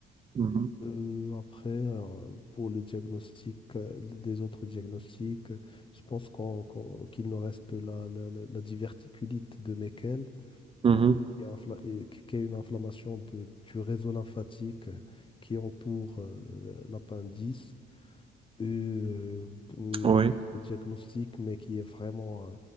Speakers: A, on the right; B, on the left.
A: mhm,
B: Euh, après, euh, pour le diagnostic, euh, des autres diagnostics, euh, je pense qu'on- qu'on- qu'il nous reste la, la- la- la diverticulite de Meckel,
A: mhm,
B: qui est, infla- et qui- qui est une inflammation de- du réseau lymphatique euh, qui entoure euh, l'appendice. Et euh, pour
A: oui.
B: le diagnostic, mais qui est vraiment euh,